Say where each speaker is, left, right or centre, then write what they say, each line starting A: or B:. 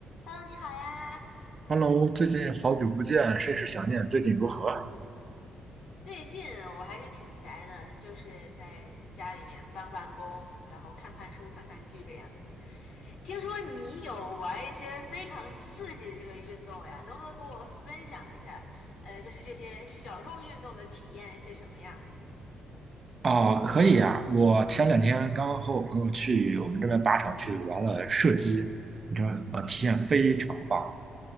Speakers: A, on the left; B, on the right.
A: Hello，你好呀！
B: Hello，最近好久不见，甚是想念。最近如何？
A: 最近我还是挺宅的，就是在家里面办办公，然后看看书、看看剧这样子。听说你有玩一些非常刺激的这个运动呀，能不能给我分享一下？呃，就是这些小众运动的体验是什么样儿？
B: 哦，可以啊！我前两天刚和我朋友去我们这边靶场去玩了射击，你看，道呃，体验非常棒。